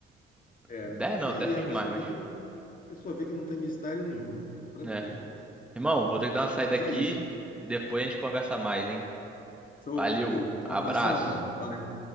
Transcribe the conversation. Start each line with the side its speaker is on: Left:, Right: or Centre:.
Left: É.
Centre: 10 não,
Left: E,
Centre: até fiz
Left: e a pessoa
Centre: mais, mas.
Left: vê que, não- a pessoa vê que não tem mistério nenhum, né? Tranquilo.
Centre: É. Irmão, vou ter que dar uma saída
Left: Mas
Centre: aqui.
Left: é isso.
Centre: Depois a gente conversa mais, hein?
Left: Show.
Centre: Valeu,
Left: Um
Centre: abraço.
Left: abração, mano. Valeu.